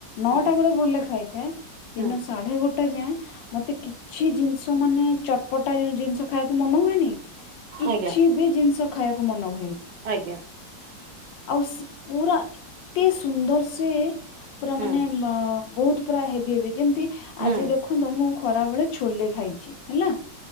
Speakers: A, on the left; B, on the right.
A: ନଅଟା
B: ହୁଁ
A: ବେଳେ ବୋଲିଲେ ଖାଇଥାଏ ଦିନ
B: ହୁଁ
A: ସାଢ଼େ ଗୋଟେ ଯାଏଁ ମତେ କିଛି ଜିନିଷ ମାନେ ଚଟପଟା ଜିନିଷ ଖାଇବାକୁ ମନ ହୁଏନି। କିଛି
B: ଆଜ୍ଞା
A: ବି ଜିନିଷ ଖାଇବାକୁ ମନ ହୁଏନି।
B: ଆଜ୍ଞା।
A: ଆଉ ପୁରା ଏତେ ସୁନ୍ଦର ସେ ପୁରା
B: ହୁଁ
A: ମାନେ ମ ବହୁତ ପୁରା ହେଭି ହେଭି ଯେମ ତି ଆଜି
B: ହୁଁ ହୁଁ
A: ଦେଖନ୍ତୁ ମୁଁ ଖରାବେଳେ ଛୋଲେ ଖାଇଛି। ହେଲା ଛୋ